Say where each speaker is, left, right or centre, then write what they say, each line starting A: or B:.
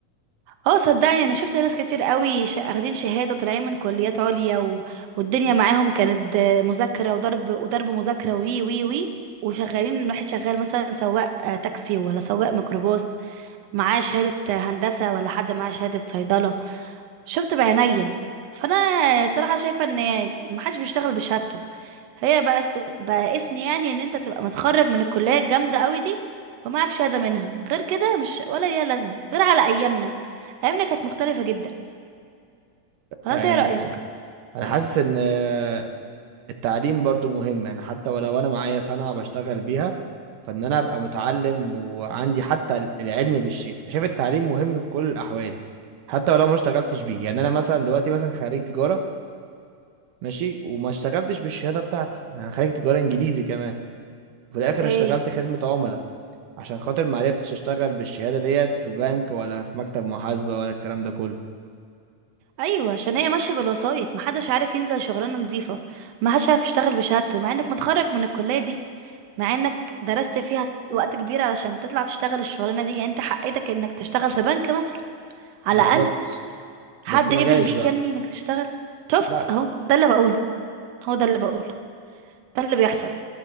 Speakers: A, on the right (about 70°); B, on the right (about 85°).
A: اه صدقني انا شفت ناس كتير قوي ش... اخدين شهاده طالعين من كليات عليا و... والدنيا معاهم كانت آه، مذاكره وضرب وضرب مذاكره وي وي وي وشغالين واحد شغال مثلا سواق آه، تاكسي ولا سواق ميكروباص معاه شهادة هندسة ولا حد معاه شهادة صيدلة شفت بعينيا فانا صراحة شايفة ان محدش بيشتغل بشهادته هي بقى اس... بقى اسم يعني ان انت تبقى متخرج من الكلية الجامدة قوي دي ومعك شهادة منها غير كده مش ولا ليها لازمة غير على ايامنا ايامنا كانت مختلفة جدا ولا
B: يعني
A: انت ايه رأيك
B: انا حاسس ان آه، التعليم برضو مهم يعني حتى ولو انا معايا صنعة بشتغل بيها فان انا ابقى متعلم وعندي حتى ال- العلم بالشيء شايف التعليم مهم في كل الاحوال حتى ولو ما اشتغلتش بيه يعني انا مثلا دلوقتي مثلا خريج تجارة ماشي وما اشتغلتش بالشهادة بتاعتي انا خريج تجارة انجليزي كمان وفي الاخر
A: اوكي
B: اشتغلت خدمة عملاء عشان خاطر ما عرفتش اشتغل بالشهادة ديت في بنك ولا في مكتب محاسبة ولا الكلام ده كله
A: ايوه عشان هي ماشيه بالوسائط محدش عارف ينزل شغلانه نظيفه محدش عارف يشتغل بشهادته مع انك متخرج من الكليه دي مع انك درست فيها وقت كبير علشان تطلع تشتغل الشغلانه دي يعني انت حقيتك انك تشتغل في بنك مثلا على
B: بالظبط
A: الاقل حد
B: بس ما
A: قبل
B: جاش
A: بيك
B: بقى
A: يا ابني انك تشتغل شفت
B: لا
A: اهو ده اللي بقوله هو ده اللي بقوله ده اللي بيحصل